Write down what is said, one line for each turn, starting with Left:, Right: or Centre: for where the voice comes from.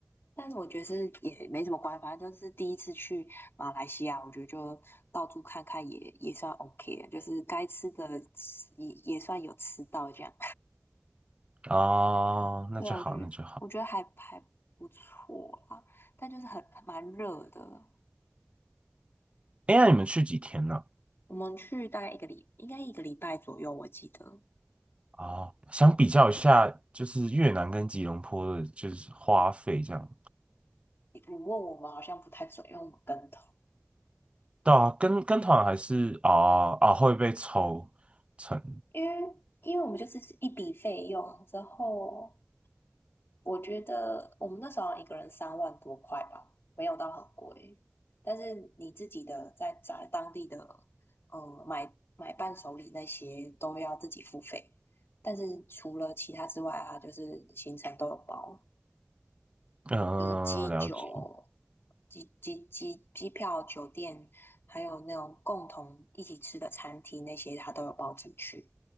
Left: 但是我觉得是也没什么关系，反正就是第一次去马来西亚，我觉得就到处看看也也算 OK 的，就是该吃的吃也也算有吃到这样。
Right: 哦，
Left: <laughs>
Right: 那就好，
Left: 对啊，我觉得我觉得还还不错啦，
Right: 那就好。
Left: 但就是很蛮热的。
Right: 哎，那你们去几天呢？
Left: 我们去大概一个礼，应该一个礼拜左右，我记得。
Right: 哦，想比较一下，就是越南跟吉隆坡的，就是花费这样。
Left: 你问我们好像不太准，用跟头，
Right: 对啊，跟跟团还是啊啊会被抽成，
Left: 因为因为我们就是一笔费用之后。我觉得我们那时候好像一个人三万多块吧，没有到很贵。但是你自己的在在当地的，呃，买买伴手礼那些都要自己付费。但是除了其他之外啊，就是行程都有包，
Right: 嗯、
Left: 就是机酒、
Right: 了解，
Left: 机机机机票、酒店，还有那种共同一起吃的餐厅那些，它都有包进去。